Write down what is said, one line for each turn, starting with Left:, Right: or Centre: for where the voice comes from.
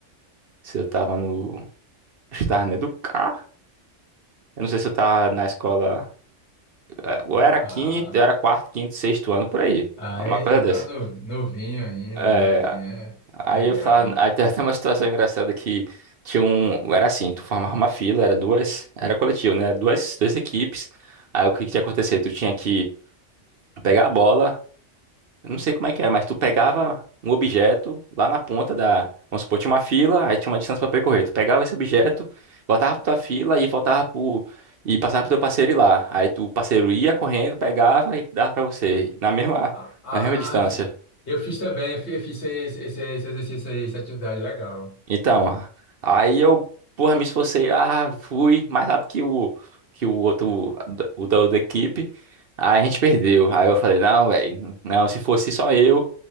Right: se eu tava no, acho que tava no Educar, eu não sei se eu tava na escola, é, ou era
Left: Ah,
Right: quinto, eu era quarto, quinto, sexto ano, por aí,
Left: aí
Right: uma coisa
Left: você
Right: dessa.
Left: tá no- novinho ainda,
Right: É,
Left: novinho, é.
Right: aí
Left: Legal.
Right: eu falava, aí tem <laughs> até uma situação engraçada que tinha um, era assim, tu formava uma fila, era duas, era coletivo, né, duas, duas equipes, aí o que que tinha que acontecer? Tu tinha que pegar a bola, eu não sei como é que era, mas tu pegava um objeto lá na ponta da. Vamos supor, tinha uma fila, aí tinha uma distância pra percorrer. Tu pegava esse objeto, voltava pra tua fila e voltava pro. E passava pro teu parceiro ir lá. Aí tu, o parceiro ia correndo, pegava e dava pra você. Na mesma,
Left: Ah, ah,
Right: na mesma distância.
Left: eu fi- eu fiz, também, eu fi- eu fiz, esse, esse, esse exercício aí, essa atividade, legal.
Right: Então, aí eu, porra, me esforcei, ah, fui mais rápido que o, que o outro, o da outra equipe. Aí a gente perdeu. Aí eu falei, não, velho, não, se fosse só eu,